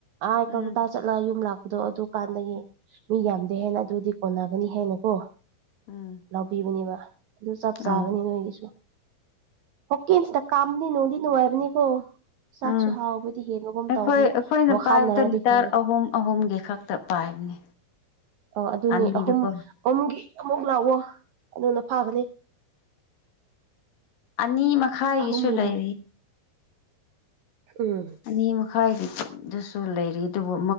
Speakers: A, on the right (about 75°); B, on the left (about 65°).
A: ꯑꯥꯏ
B: ꯎꯝ
A: ꯀꯜꯀꯇꯥ ꯆꯠꯂꯒ ꯌꯨꯝ ꯂꯥꯛꯄꯗꯣ ꯑꯗꯨ ꯀꯥꯟꯗꯒꯤ
B: ꯎꯝ
A: ꯃꯤ ꯌꯥꯝꯗꯤ ꯍꯦꯟꯅ ꯑꯗꯨꯗꯤ ꯑꯣꯟꯅꯒꯅꯤ ꯍꯥꯏꯅ ꯀꯣ
B: ꯎꯝ
A: ꯂꯧꯕꯤꯕꯅꯦꯕ ꯑꯗꯨ ꯆꯞ ꯆꯥꯒꯅꯤ
B: ꯑꯥ
A: ꯅꯣꯏꯒꯤꯁꯨ ꯑꯣ ꯀꯁꯤꯗ ꯀꯥꯎꯗꯤ ꯅꯨꯡꯗꯤ ꯅꯨꯡꯉꯥꯏꯕꯅꯤ ꯀꯣ ꯆꯥꯛꯁꯨ
B: ꯑꯥ
A: ꯍꯥꯎꯕꯗꯤ ꯍꯦꯟꯕꯒꯨꯝ
B: ꯑꯩꯈꯣꯏ
A: ꯇꯧꯕꯅꯤ
B: ꯑꯩꯈꯣꯏꯅ
A: ꯋꯥꯈꯜꯅꯔꯗꯤ
B: ꯄꯥꯏꯕꯗ ꯂꯤꯇꯔ
A: ꯈꯪꯗꯦ
B: ꯑꯍꯨꯝ ꯑꯍꯨꯝꯒꯤ ꯈꯛꯇ ꯄꯥꯏꯕꯅꯤ
A: ꯑꯣ ꯑꯗꯨꯅꯤ
B: ꯑꯅꯤꯗꯨꯀꯣ
A: ꯑꯍꯨꯝ ꯑꯍꯨꯝꯒꯤ ꯑꯃꯨꯛ ꯂꯥꯛꯑꯣ ꯑꯗꯨꯅ ꯐꯥꯒꯅꯤ
B: ꯑꯅꯤ ꯃꯈꯥꯏꯒꯤꯁꯨ
A: ꯑꯍꯨꯝꯒꯤꯗ
B: ꯂꯩꯔꯤ
A: ꯎꯝ
B: ꯑꯅꯤ ꯃꯈꯥꯏꯗꯨꯁꯨ ꯂꯩꯔꯤ ꯑꯗꯨꯕꯨ